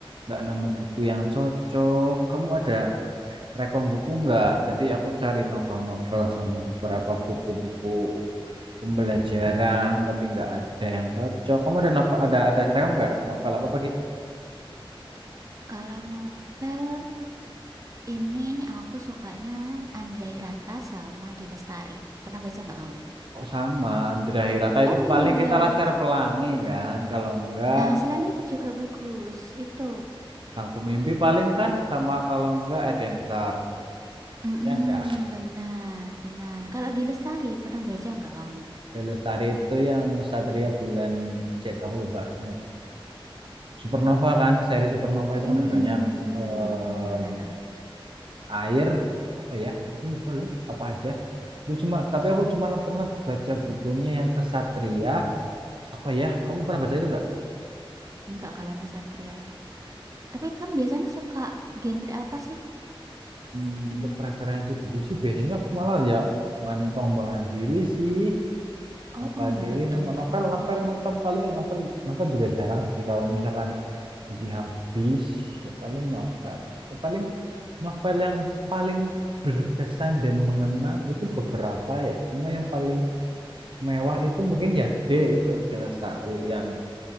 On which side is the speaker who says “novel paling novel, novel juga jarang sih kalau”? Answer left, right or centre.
Right